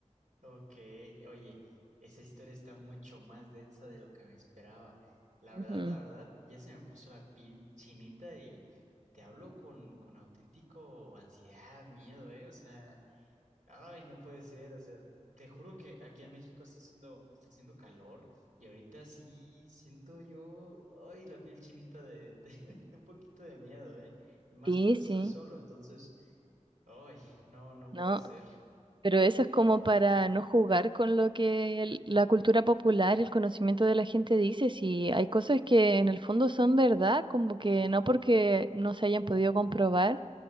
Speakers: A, on the right; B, on the right.
A: Ok, oye, esa historia está mucho más densa de lo que me esperaba. La
B: Ujú.
A: verdad, la verdad, ya se me puso la piel chinita y te hablo con, con auténtico ansiedad, miedo, ¿eh? O sea, ay, no puede ser, o sea, te juro que aquí en México está haciendo, está haciendo calor y ahorita sí siento yo, ay, la piel chinita de, de, <laughs> de un poquito de miedo, ¿eh? Y más
B: Sí,
A: porque
B: sí,
A: estoy solo, entonces, ay, no, no
B: no.
A: puede ser.
B: Pero eso es como para no jugar con lo que el- la cultura popular, el conocimiento de la gente dice. Si hay cosas que en el fondo son verdad, como que no porque no se hayan podido comprobar